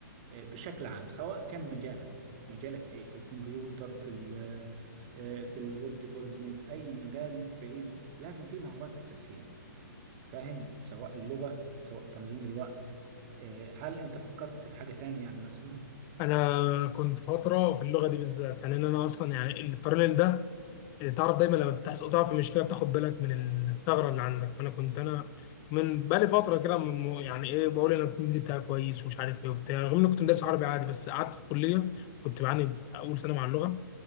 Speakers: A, on the right; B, on the left.
A: بشكل عام سواء كان مجالك مجالك ايه في الكمبيوتر في ال آه، في الويب ديفلوبمنت اي مجال بعيد لازم فيه مهارات اساسيه فاهم سواء اللغه سواء تنظيم الوقت آه، هل انت فكرت في حاجه تانية يعني مثلا
B: انا كنت فتره في اللغه دي بالذات يعني ان انا اصلا يعني الباراليل ده اللي تعرف دايما لما بتحصل تقع في مشكله بتاخد بالك من الثغره اللي عندك فانا كنت انا من بقالي فتره كده م- يعني ايه بقول انا الانجليزي بتاعي كويس ومش عارف ايه وبتاع رغم اني كنت مدرس عربي عادي بس قعدت في الكليه كنت بعاني في اول سنه مع اللغه